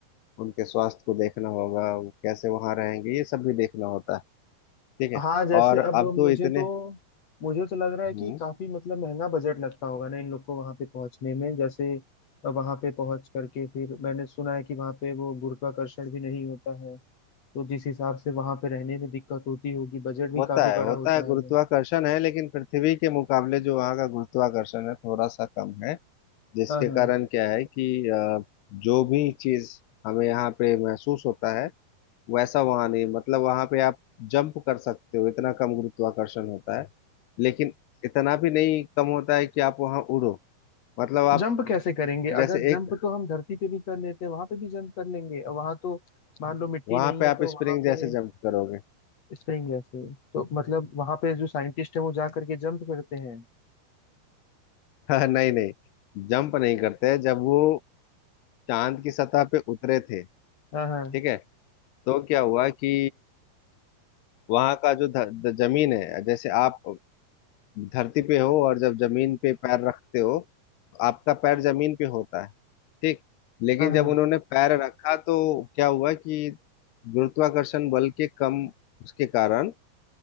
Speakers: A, on the left; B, on the left.
A: उनके स्वास्थ्य को देखना होगा वो कैसे वहां रहेंगे ये सब भी देखना होता है ठीक है
B: हाँ जैसे
A: और
B: अब
A: अब
B: मुझे
A: तो इतने
B: तो मुझे तो लग रहा है कि
A: हम्म
B: काफी मतलब महंगा बजट लगता होगा ना इन लोग को वहां पे पहुंचने में जैसे वहां पे पहुंच करके फिर मैंने सुना है कि वहां पे वो गुरुत्वाकर्षण भी नहीं होता है तो जिस हिसाब से वहां पे रहने में दिक्कत होती होगी बजट भी
A: होता
B: काफी
A: है
B: बड़ा
A: होता
B: होता
A: है गुरुत्वाकर्षण
B: है वो
A: है लेकिन पृथ्वी के मुकाबले जो वहाँ का गुरुत्वाकर्षण है थोड़ा सा कम है जिसके
B: हाँ हाँ
A: कारण क्या है कि अ, जो भी चीज हमें यहाँ पे महसूस होता है वैसा वहां नहीं मतलब वहां पे आप जंप कर सकते हो इतना कम गुरुत्वाकर्षण होता है लेकिन इतना भी नहीं कम होता है कि आप वहां उड़ो मतलब आप
B: जंप कैसे करेंगे अगर
A: जैसे
B: जंप
A: एक
B: तो हम धरती पे भी कर लेते हैं वहां पे भी जंप कर लेंगे वहां तो मान लो मिट्टी
A: वहां
B: नहीं
A: पे
B: है
A: आप
B: तो वहां
A: स्प्रिंग
B: पे
A: जैसे जंप करोगे
B: स्प्रिंग है फिर तो मतलब वहां पे जो साइंटिस्ट है वो जा करके जंप करते हैं
A: हाँ <laughs> नहीं नहीं जंप नहीं करते जब वो चांद की सतह पे उतरे थे
B: हाँ हाँ
A: ठीक है तो क्या हुआ कि वहां का जो ध, ध, जमीन है जैसे आप धरती पे हो और जब जमीन पे पैर रखते हो आपका पैर जमीन पे होता है ठीक लेकिन
B: हाँ हाँ
A: जब उन्होंने पैर रखा तो क्या हुआ कि गुरुत्वाकर्षण बल के कम उसके कारण